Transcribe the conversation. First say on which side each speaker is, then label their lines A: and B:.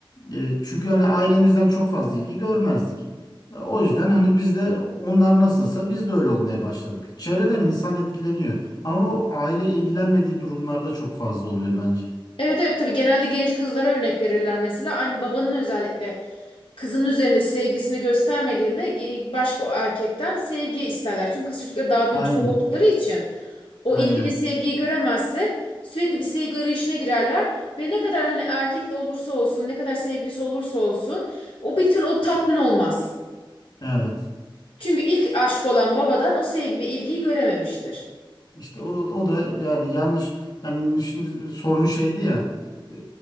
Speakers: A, on the left; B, on the left.
A: e, çünkü hani ailemizden çok fazla ilgi görmezdik. E, o yüzden hani biz de onlar nasılsa biz de öyle olmaya başladık. Çevreden insan etkileniyor. Ama o aile ilgilenmediği durumlarda çok fazla oluyor bence.
B: Evet evet tabii genelde genç kızlara örnek verirler mesela. Aynı babanın özellikle kızın üzerinde sevgisini göstermediğinde e, başka o erkekten sevgi isterler. Çünkü kız çocukları daha duygusal
A: Aynen.
B: oldukları için o
A: Aynen.
B: ilgi ve sevgiyi göremezse sürekli bir sevgi arayışına girerler ve ne kadar hani erkek de olursa olsun, ne kadar sevgilisi olursa olsun o bir türlü o tatmin olmaz.
A: Evet.
B: Çünkü ilk aşk olan babadan o sevgi ve ilgiyi görememiştir.
A: İşte o, o da yani yanlış yani şimdi sorun şeydi ya e,